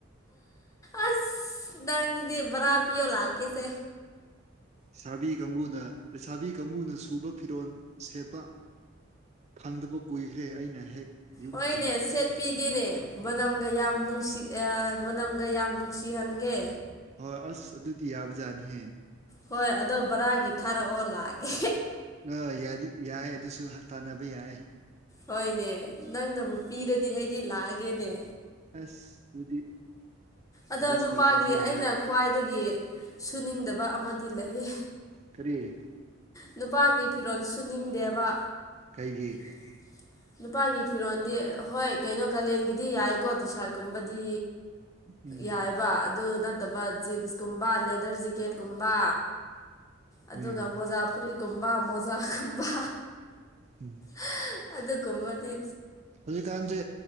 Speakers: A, on the left (about 15°); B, on the right (about 35°).
A: ꯑꯁ ꯗꯪꯁꯤꯗꯤ ꯕꯔꯥ ꯄꯤꯌꯣ ꯂꯥꯛ ꯀꯦꯁꯦ
B: ꯂꯩꯥꯕꯤ ꯀꯥꯡꯕꯨꯅ ꯂꯩꯁꯥꯕꯤ ꯀꯥꯡꯕꯨꯅ ꯁꯨꯕ ꯐꯤꯔꯣꯜ ꯁꯦꯠꯄ ꯐꯪꯗꯕ ꯀꯨꯏꯈ꯭ꯔꯦ ꯑꯩꯅ ꯍꯦꯛ ꯌꯨꯝ
A: ꯍꯣꯏꯅꯦ
B: ꯀꯩꯅꯣ
A: ꯁꯦꯠꯄꯤꯒꯦꯅꯦ ꯃꯅꯝꯒ ꯌꯥꯝ ꯅꯨꯡꯁꯤ ꯃꯅꯝꯒ ꯌꯥꯝ ꯅꯨꯡꯁꯤꯍꯟꯒꯦ
B: ꯍꯣꯏ ꯑꯁ ꯑꯗꯨꯗꯤ ꯌꯥꯕꯖꯥꯠꯅꯤꯍꯦ
A: ꯍꯣꯏ ꯑꯗꯣ ꯕꯔꯥꯒꯤ ꯊꯥꯔꯛꯑꯣ ꯂꯥꯛꯀꯦ
B: ꯑ ꯌꯥꯗꯤ ꯌꯥꯏ ꯑꯗꯨꯁꯨ ꯇꯥꯟꯅꯕ ꯌꯥꯏ
A: ꯍꯣꯏꯅꯦ ꯅꯪꯅꯕꯨ ꯄꯤꯔꯗꯤ ꯑꯩꯗꯤ ꯂꯥꯛꯑꯒꯦꯅꯦ
B: ꯑꯁ ꯑꯗꯨꯗꯤ
A: ꯑꯗꯣ
B: ꯑꯦꯗꯖꯁ
A: ꯅꯨꯄꯥꯒꯤ
B: ꯇꯧꯗ꯭ꯔꯗꯤ ꯌꯥꯔꯔꯣꯏ
A: ꯑꯩꯅ ꯈ꯭ꯋꯥꯏꯗꯒꯤ ꯁꯨꯅꯤꯡꯗꯕ ꯑꯃꯗꯤ ꯂꯩꯌꯦ
B: ꯀꯔꯤ
A: ꯅꯨꯄꯥꯒꯤ ꯐꯤꯔꯣꯜ ꯁꯨꯅꯤꯡꯗꯦꯕ
B: ꯀꯩꯒꯤ
A: <unintelligible> ꯅꯨꯄꯥꯒꯤ ꯐꯤꯔꯣꯜꯗꯤ ꯍꯣꯏ ꯀꯩꯅꯣ ꯀꯥꯂꯦꯟꯒꯤꯗꯤ ꯌꯥꯏꯀꯣ ꯇꯤ ꯁꯥꯔꯠꯀꯨꯝꯕꯗꯤ
B: ꯎꯝ
A: ꯌꯥꯏꯑꯕ ꯑꯗꯨ ꯅꯠꯇꯕ ꯖꯤꯟꯁꯀꯨꯝꯕ ꯂꯦꯗꯔ ꯖꯤꯀꯦꯠꯀꯨꯝꯕ ꯑꯗꯨꯒꯥ
B: ꯎꯝ
A: ꯃꯣꯖꯥ ꯐꯨꯔꯤꯠꯀꯨꯝꯕꯥ ꯃꯣꯖꯥꯒꯨꯝꯕꯥ꯫
B: ꯎꯝꯝ
A: ꯍꯨꯝ ꯑꯗꯨ ꯀꯨꯝꯕꯗꯤ
B: ꯑꯗꯨꯗꯤ ꯀꯥꯟꯅꯗꯦ